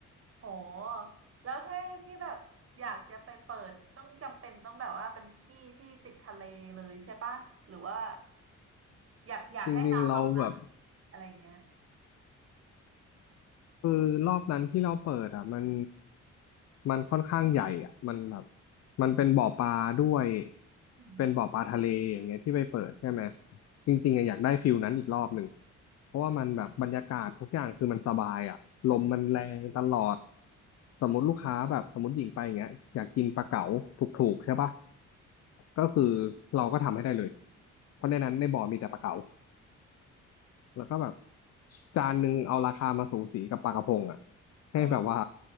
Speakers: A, on the right (about 50°); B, on the left (about 60°).
A: โหแล้วถ้าที่แบบอยากจะไปเปิดต้องจำเป็นต้องแบบว่าเป็นที่ที่ติดทะเลเลยใช่ปะหรือว่าอยากอยากให้ร้านออกมา
B: จริงๆเราแบบ
A: อะไรอย่างเงี้ย
B: คือรอบนั้นที่เราเปิดอ่ะมันมันค่อนข้างใหญ่อ่ะมันแบบมันเป็นบ่อปลาด้วย
A: อืม
B: เป็นบ่อปลาทะเลอย่างเงี้ยที่ไปเปิดใช่ไหมจริงๆอะอยากได้ฟิลนั้นอีกรอบหนึ่งเพราะว่ามันแบบบรรยากาศทุกอย่างคือมันสบายอ่ะลมมันแรงตลอดสมมติลูกค้าแบบสมมติหญิงไปอย่างเงี้ยอยากกินปลาเก๋าถูกๆใช่ปะก็คือเราก็ทำให้ได้เลยเพราะในนั้นในบ่อมีแต่ปลาเก๋า แล้วก็แบบจานหนึ่งเอาราคามาสูสีกับปลากระพงอ่ะให้แบบว่า
A: อ่า